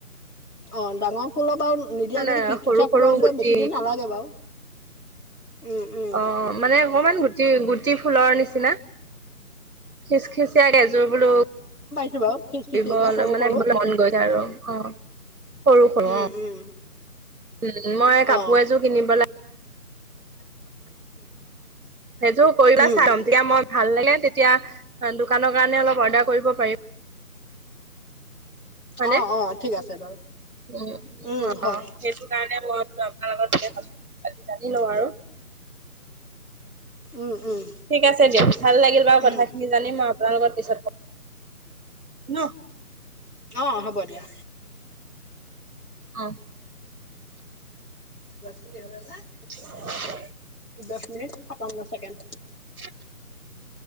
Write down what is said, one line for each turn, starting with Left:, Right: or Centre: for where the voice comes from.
Left: অ ডাঙৰ ফুলৰ আৰু নিদিয়া
Right: মানে
Left: যদি কিকিঠা
Right: সৰু সৰু
Left: ফুটাব
Right: গুটি
Left: বেছি দিন নালাগে বাৰু। উম উম
Right: অ মানে অকমান গুটি গুটি ফুলৰ নিচিনা, খিচ খিচ গেযোৰ বোলো
Left: ছো বাৰু। খিচ
Right: কৰিব
Left: খিচিয়াকে সৰু
Right: মানে
Left: সৰু
Right: মন গৈছে আৰু অ। সৰু সৰু
Left: উম
Right: অ,
Left: উম
Right: উম মই কাপোৰ
Left: অ
Right: এযোৰ কিনিব লাগে সেইযোৰ কৰিবা
Left: উম
Right: চাম, তেতিয়া মই ভাল লাগিলে তেতিয়া, দোকানৰ কাৰণে অলপ অৰ্ডাৰ কৰিব পাৰিম। হয়নে,
Left: অ অ ঠিক আছে বাৰু
Right: উম
Left: উম
Right: অ
Left: হয়
Right: সেইটো কাৰণে মই বোলো আপোনাৰ লগত যাতে কথাখিনি পাতি জানি লওঁ আৰু
Left: উম উম
Right: ঠিক আছে দিয়ক, ভাল লাগিল বাৰু কথাখিনি
Left: উম
Right: জানি মই আপোনাৰ লগত পিছত, ন
Left: অ হ'ব দিয়া।
Right: অ।
Left: <unintelligible>
Right: <inaudible>
Left: দচ মিনিট, সাতাৱন্ন ছেকেণ্ড।
Right: <inaudible>